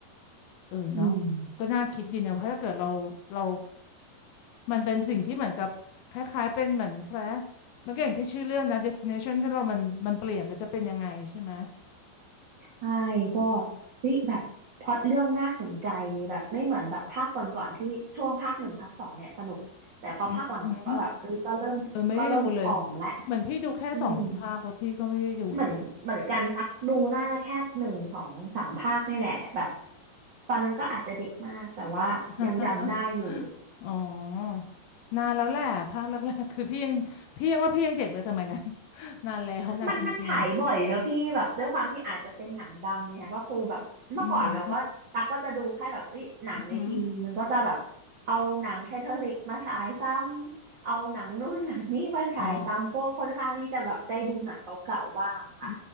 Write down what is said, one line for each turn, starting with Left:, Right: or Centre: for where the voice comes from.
Left: เออเนาะ
Right: อืม
Left: ก็น่าคิดดีนะเพราะถ้าเกิดเราเรามันเป็นสิ่งที่เหมือนกับคล้ายๆเป็นเหมือนแคล้ายมันก็อย่างที่ชื่อเรื่องนะ destination ที่เรามันมันเปลี่ยนแล้วจะเป็นยังไงใช่ไหม
Right: ใช่ก็เฮ้ยแบบพล็อตเรื่องน่าสนใจแบบไม่เหมือนแบบภาคก่อนๆที่ช่วงภาคหนึ่งภาคสองเนี่ยสนุกแต่พอภาคหลังๆก็แบบเอ้ยก็เริ่มก็เริ่มอ่อมและ
Left: อืมหือเออไม่ได้ดูเลยเหมือนพี่ดูแค่สองภาคแล้วพี่ก็ไม่ได้ดูต่อ
Right: อืมเหมือนเหมือนกันสักดูน่าจะแค่หนึ่งสองสามภาคนี่แหละแบบตอนนั้นก็อาจจะเด็กมากแต่ว่ายังจำได้อยู่
Left: <laughs> อ๋อนานแล้วแหละภาคแรกๆคือพี่ยังพี่ยังว่าพี่ยังเด็กเลยสมัยนั้น <laughs> นานแล้วนานจริง
Right: มันมันฉายบ่อยเนอะพี่แบบด้วยความที่อาจจะเป็นหนังดังเนี่ยก็คือแบบเมื่อก่อนเราก็ตักก็จะดูแค่แบบเอ้ยหนังในทีวีมันก็จะแบบเอาหนังไททานิกมาฉายซ้ำเอาหนังนู่นหนังนี่มาฉายซ้ำก็ค่อนข้างที่จะแบบได้ดูหนังเก่าๆบ้างค่ะ
Left: ๆอือหืออือหืออ๋ออื